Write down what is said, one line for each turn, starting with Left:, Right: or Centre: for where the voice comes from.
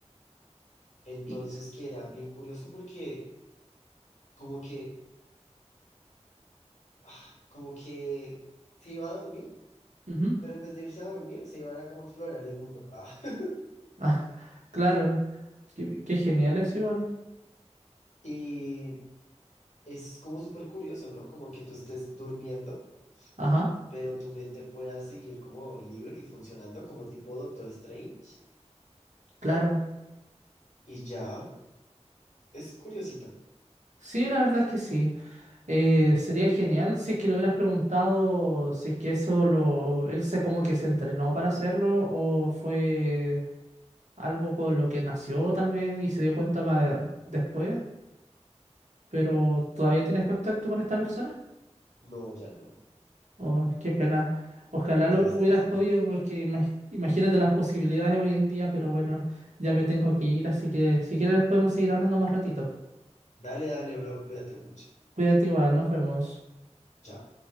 Left: Entonces,
Right: Y,
Left: que era bien curioso porque como que, ah, como que se iba a dormir,
Right: ujú.
Left: pero en vez de irse a dormir, se iba a como a explorar el mundo. Ah. <laughs>
Right: Ah, <laughs> claro. Qué, qué genial eso igual.
Left: Y es como súper curioso, ¿no? Como que tú estés durmiendo,
Right: Ajá.
Left: pero tu mente pueda seguir como libre y funcionando como tipo Doctor Strange.
Right: Claro.
Left: Y ya, es curiosito.
Right: Sí, la verdad es que sí. Eh, sería genial si es que lo hubieras preguntado si es que eso lo, él se como que se entrenó para hacerlo o fue algo con lo que nació tal vez y se dio cuenta más después, pero ¿todavía tienes contacto con esta persona?
Left: No, ya no.
Right: Oh, qué pena. Ojalá
Left: Qué triste,
Right: lo hubieras
Left: sí.
Right: podido porque imag- imagínate las posibilidades hoy en día, pero bueno, ya me tengo que ir, así que si quieres podemos seguir hablando más ratito.
Left: Dale, dale, bro, cuídate mucho.
Right: Cuídate igual, nos vemos.
Left: Chao.